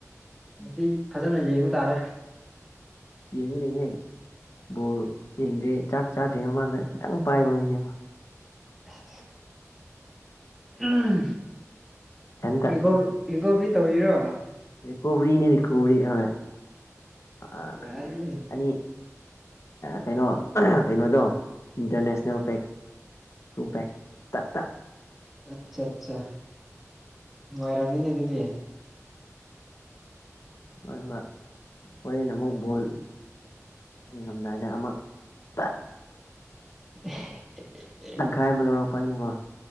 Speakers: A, in the centre; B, on the left.
A: ꯃꯁꯤ ꯐꯖꯅ ꯌꯦꯡꯕ ꯇꯥꯔꯦ
B: ꯌꯦꯡꯉꯨꯅꯦꯍꯦ ꯕꯣꯜ ꯌꯦꯡꯗ꯭ꯔꯤ ꯆꯥꯛ ꯆꯥꯗ꯭ꯔꯤ ꯃꯃꯥꯡꯗ ꯈꯤꯇꯪ ꯄꯥꯏꯕꯅꯦ ꯌꯦꯡꯉꯣ
A: ꯏꯁ ꯏꯁ ꯑꯍꯝ
B: ꯏꯊꯟꯇ
A: ꯏꯈꯣꯏ ꯔꯤꯀꯣꯕꯔꯤ ꯇꯧꯔꯤꯔꯣ
B: ꯔꯤꯀꯣꯕꯔꯤꯅꯦ ꯔꯤꯀꯣꯕꯔꯤ ꯑꯥ ꯑꯥ
A: ꯌꯥꯏꯅꯦ
B: ꯑꯅꯤ ꯀꯩꯅꯣ ꯀꯩꯅꯣꯗꯣ ꯏꯟꯇꯔꯅꯦꯁꯅꯦꯜ ꯄꯦꯛ <unintelligible>
A: ꯑꯠꯆꯥ ꯆꯥ ꯅꯨꯡꯉꯥꯏꯔꯝꯅꯤꯅꯦ ꯑꯗꯨꯗꯤ
B: ꯍꯣꯏ ꯍꯣꯏ ꯍꯣꯔꯦꯟ ꯑꯃꯨꯛ ꯕꯣꯜ ꯌꯦꯡꯉꯝꯗꯥꯏꯗ ꯑꯃ ꯇꯛ
A: <unintelligible>
B: ꯇꯪꯈꯥꯏ ꯑꯃ ꯂꯧꯔꯛꯄ ꯑꯩꯅꯀꯣ